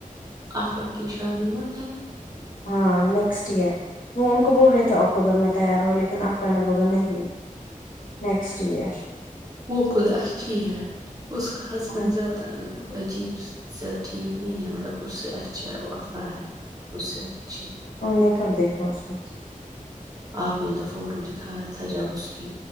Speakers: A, on the right; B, on the left.
A: افرا کی شادی ہوت ہے
B: ہاں نیکسٹ ایئر وہ ان کو بول رہے تھے اکٹوبر میں تیار ہو لیکن افرا نے بولا نہیں نیکسٹ ایئر
A: وہ خود اچھی ہے اس کا ہسبینڈ
B: کو
A: زیادہ عجیب س ٹھیک نہیں ہے مطلب اس سے اچھا افرا ہے اس سے اچھی
B: تم نے کب دیکھا اس کو
A: آپ نے تو فوٹو دکھایا تھا جب اس کی